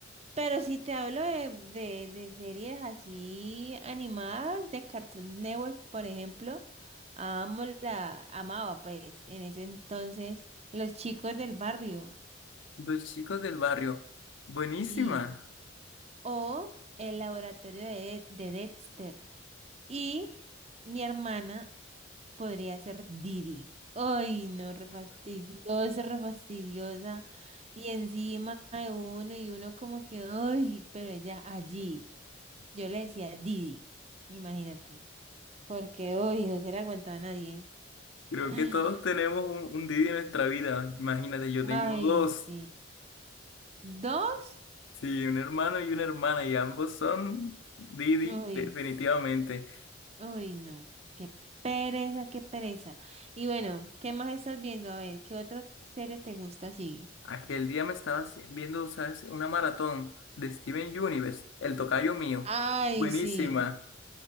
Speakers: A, on the right; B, on the left.
A: Pero si te hablo de, de, de series así animadas, de Cartoon Network, por ejemplo, amo la, amaba pues en ese entonces Los Chicos del Barrio,
B: Los chicos del barrio, buenísima.
A: sí, o El Laboratorio de, de Dexter y mi hermana podría ser Didi. Ay, no, re fastidiosa, re fastidiosa. Y encima de uno y uno como que, ay, pero ella allí. Yo le decía Didi, imagínate, porque hoy no se le aguantaba a nadie.
B: Creo
A: <gasps>
B: que todos tenemos un, un Didi en nuestra vida. Imagínate, yo tengo
A: Ay,
B: dos.
A: sí. ¿Dos?
B: Sí, un hermano y una hermana, y ambos son Didi,
A: Uy,
B: definitivamente.
A: s- uy, no. Qué pereza, qué pereza. Y bueno, ¿qué más estás viendo? A ver, ¿qué otra serie te gusta así?
B: Aquel día me estaba haci- viendo, ¿sabes? Una maratón de Steven Universe, el tocayo mío.
A: Ay,
B: Buenísima.
A: sí.